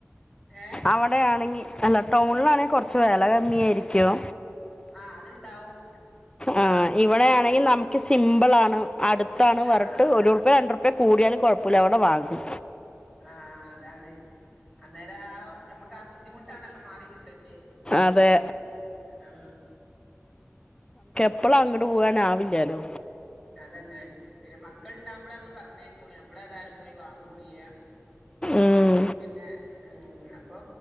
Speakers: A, in the centre; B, on the left.
A: ഏ
B: അവിടെയാണ് അല്ല ടൗണിലാണെങ്കി കൊറച്ച് വില കമ്മി ആയിരിക്കും
A: ആ അത്ണ്ടാവും
B: ആ ഇവിടെയാണെങ്കിൽ നമുക്ക് സിമ്പിൾ ആണ് അടുത്താണ് വരട്ട്
A: ആ
B: ഒര്റുപ്പ രണ്ടറു ഇപ്പ കൂടിയാലും കുഴപ്പമില്ല അവിടെ വാങ്ങും
A: ആ അതാണ് അന്നേരം ആ നമ്മുക്ക് ആ ബുദ്ധിമുട്ടാണല്ലോ മാറി കിട്ട
B: അതെ
A: ആ
B: ഇപ്പോളും അങ്ങോട് പോകാനാവില്ലാലോ
A: അതന്നെ പിന്നെ മക്കൾ ഉണ്ടക്കുബോളെ നമ്മള് പറഞ്ഞേക്കളൂ നമ്മള് ഏതായാലും പോയി വാങ്ങൂല്ല
B: ഉം
A: പിന്നെ ഉം അപ്പൊ